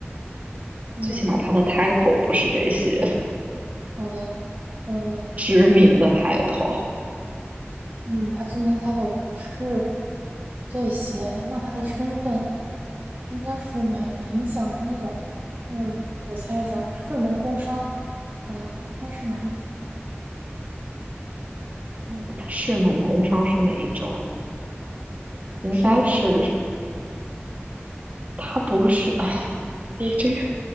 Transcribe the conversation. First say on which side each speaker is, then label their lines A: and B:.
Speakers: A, on the right; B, on the right.
A: 嗯，
B: 最起码他的 title 不是这些。
A: 好的，嗯
B: 知名的抬头，
A: 嗯，他知名态倒不是这些，那他的身份应该是蛮有影响力的，嗯，我猜一下，士农工商，啊、应该是哪里的呢？嗯，
B: 市农工商是哪一种？应该是
A: 是的，
B: 他不是，<laughs> 你这个
A: 阶级。